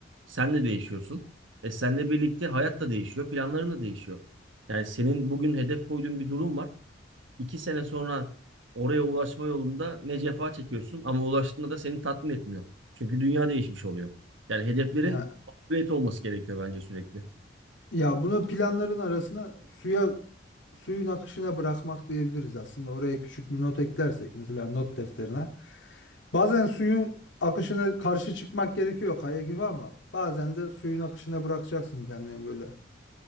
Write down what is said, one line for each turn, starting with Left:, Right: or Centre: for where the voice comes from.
Right: Sen de değişiyorsun. E senle birlikte hayat da değişiyor, planların da değişiyor. Yani senin bugün hedef koyduğun bir durum var. İki sene sonra oraya ulaşma yolunda ne cefa çekiyorsun ama ulaştığında da seni tatmin etmiyor. Çünkü dünya değişmiş oluyor. Yani hedeflerin
Left: ya
Right: upgrade olması gerekiyor bence sürekli.
Left: Ya bunu planların arasına suya suyun akışına bırakmak diyebiliriz aslında. Oraya küçük bir not eklersek mesela not defterine. Bazen suyun akışına karşı çıkmak gerekiyor kaya gibi ama bazen de suyun akışına bırakacaksın kendini böyle.